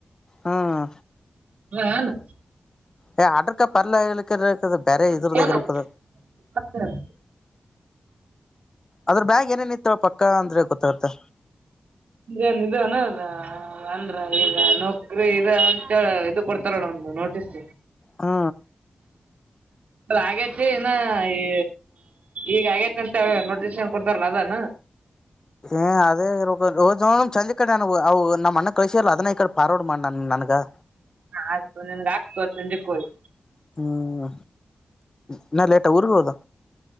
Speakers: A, on the left; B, on the right.
A: ಹ್ಮ್
B: ಹನು
A: ಏ ಅಡರ್ಕ ಪರ್ಲ ಹೇಳಕ್ಕ್ರ ಬೇರೆ
B: ಮತ್ತೇನು
A: ಇದುರದರ ಉ ಕದ
B: ಮತ್ತೇನು
A: ಅದ್ರ ಬ್ಯಾಗ್ ಏನೇನ ಇತ್ತ ಪಕ್ಕ ಅಂದ್ರೆ ಗೊತ್ತಾಗತ್ತೆ
B: ಅಂದ್ರ ಏನ್ ಇ ಅನದ ಅಂದ್ರ ಈಗ ನೌಕ್ರಿ ಇ ಅಂತ ಇದು ಕೊಡ್ತಾರಣ ಒಂದು ನೋಟಿಸ್
A: ಹ್ಮ
B: ಆಗೇತಿ ಇನ್ನ ಈ ಈಗ ಆಗೇತಿ ಅಂತ ನೋಟಿಸಷನ್ ಕೊಡ್ತಾರಲ್ಲ ಅದಾನ
A: ಏ ಅದೇ ಚಂದ ಇ ಕಡೆ ನಾನ ಅವು ನಮ್ಮ ಅಣ್ಣ ಕಳಸಲ್ಲ ಅದನ್ನ ಈ ಕಡೆ ಪಾರಡ ಮಾಡ ನು ನನಗ
B: ಹಾ ಆಯ್ತು ನಿನ್ಗ ಆಗ್ತುಂದಕ್ಕೋಳಿ
A: ಹ್ಮ್ ಇನ್ನಾ ಲೇಟ ಊರ್ಗ ಹೋದ